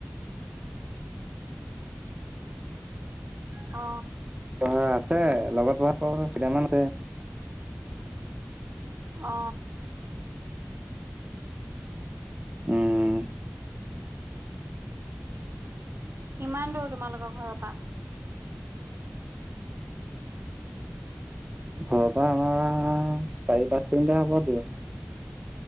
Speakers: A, on the right; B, on the right.
A: অ।
B: অ আছে লগত ধৰা চিটামান আছে।
A: অ।
B: উম।
A: কিমান দূৰ তোমালোকৰ ঘৰৰ পৰা।
B: ঘৰৰ পৰা অহা চাৰি পাঁচ দিন হ'ব তোৰ।